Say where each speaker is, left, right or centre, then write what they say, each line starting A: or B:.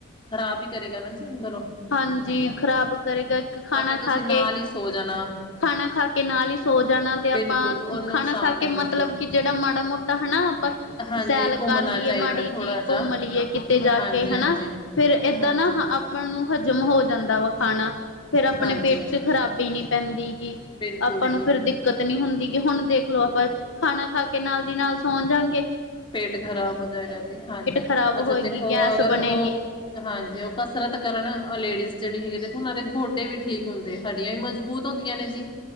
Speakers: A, on the left; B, on the left.
A: ਖਰਾਬ ਹੀ ਕਰੇਗਾ ਨਾ ਜੀ ਅੰਦਰੋਂ।
B: ਹਾਂਜੀ, ਖ਼ਰਾਬ ਕਰੇਗਾ, ਇੱਕ ਖਾਣਾ
A: ਤੁਸੀਂ
B: ਖਾ
A: ਨਾਲ
B: ਕੇ?
A: ਹੀ ਸੋ ਜਾਣਾ
B: ਖਾਣਾ ਖਾ ਕੇ, ਨਾਲ ਹੀ ਸੋ ਜਾਣਾ, ਤੇ
A: ਬਿਲਕੁਲ
B: ਆਪਾਂ
A: ਉਹ ਨੁਕਸਾਨ
B: ਖਾਣਾ ਖਾ ਕੇ
A: ਹੈ
B: ਮਤਲਬ
A: ਬਿਲਕੁਲ
B: ਕਿ, ਜਿਹੜਾ ਮਾੜਾ ਮੋਟਾ ਤਾਂ, ਣਾ ਆਪਾਂ
A: ਹਾਂਜੀ
B: ਸੈਰ
A: ਘੁੰਮਣਾ
B: ਕਰ ਲਈਏ
A: ਚਾਹੀਦਾ
B: ਮਾੜੀ
A: ਥੋੜ੍ਹਾ
B: ਜੀ,
A: ਜਿਹਾ
B: ਘੁੰਮ ਲਈਏ ਕਿਤੇ ਜਾ
A: ਹਾਂਜੀ
B: ਕੇ,
A: ਹਾਂਜੀ
B: ਹਨਾ ਫੇਰ ਇ
A: ਹਾਂਜੀ
B: ਨਿੱਬੂ ਦਾ ਪੀਨਾ
A: ਬਿਲਕੁਲ
B: ਆਪਾਂ ਨੂੰ ਹਜ਼ਮ ਹੋ ਜਾਂਦਾ ਵਾ। ਖਾਣਾ ਫੇਰ, ਆਪਣੇ
A: ਹਾਂਜੀ
B: ਪੇਟ 'ਚ ਖ਼ਰਾਬੀ ਨੀ ਪੈਂਦੀਗੀ,
A: ਬਿਲਕੁਲ
B: ਆਪਾਂ
A: ਜੀ
B: ਨੂੰ ਫੇਰ ਦਿੱਕਤ ਨੀ ਹੁੰਦੀ। ਕਿ ਹੁਣ ਦੇਖਲੋ, ਆਪਾਂ ਖਾਣਾ ਖਾ ਕੇ ਨਾਲ ਦੀ ਨਾਲ ਸੌਣ ਜਾਣਗੇ।
A: ਪੇਟ ਖ਼ਰਾਬ ਹੋ ਜਾਏਗਾ ਜੀ, ਹਾਂਜੀ।
B: ਖ਼ਰਾਬ
A: ਅੱਛਾ
B: ਹੋਏਗੀ
A: ਦੇਖੋ
B: ਗੈਸ
A: ਅਗਰ
B: ਬਣੇਗੀ
A: ਉਹ ਹਾਂਜੀ ਉਹ? ਕਸਰਤ ਕਰਨ ਆ ਲੇਡੀਜ਼ ਜਿਹੜੀ ਹੈਗੀ, ਉਹ ਦੇ ਗੋਡੇ ਵੀ ਠੀਕ ਹੁੰਦੇ, ਹੱਡੀਆਂ ਵੀ ਮਜ਼ਬੂਤ ਹੁੰਦੀਆਂ ਨੇ ਜੀ।